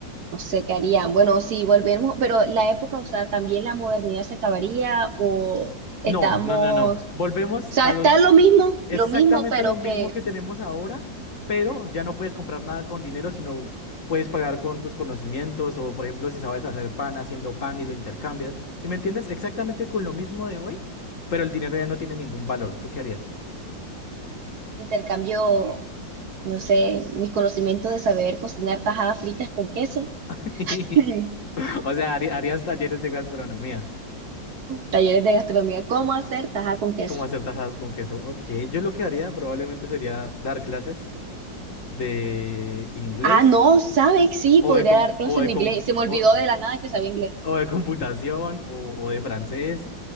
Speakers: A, on the right; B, on the left.
A: no sé qué harían. Bueno, si volvemos, pero la época, o sea, también la modernidad se acabaría o
B: No,
A: estamos.
B: no, no, no.
A: O
B: Volvemos
A: sea,
B: a
A: está
B: los
A: lo mismo,
B: Exactamente
A: lo mismo, pero
B: lo mismo
A: que
B: que tenemos ahora, pero ya no puedes comprar nada con dinero, sino puedes pagar con tus conocimientos o, por ejemplo, si sabes hacer pan, haciendo pan y lo intercambias. ¿si me entiendes? Exactamente con lo mismo de hoy, pero el dinero ya no tiene ningún valor. ¿Tú qué harías?
A: intercambio. no sé, mis conocimientos de saber cocinar tajadas fritas con queso.
B: <laughs>
A: <laughs>
B: O sea, harí- harías talleres de gastronomía,
A: Talleres de gastronomía, ¿cómo hacer tajada con queso?
B: como hacer tajadas con queso. Ok, yo lo que haría probablemente sería dar clases de inglés
A: Ah, no, ¿sabes? Sí,
B: o
A: podría
B: de... com-
A: dar clases
B: o de
A: en
B: com-
A: inglés. Se me
B: o-
A: olvidó de la nada que sabía inglés.
B: o de computación, o, o de francés,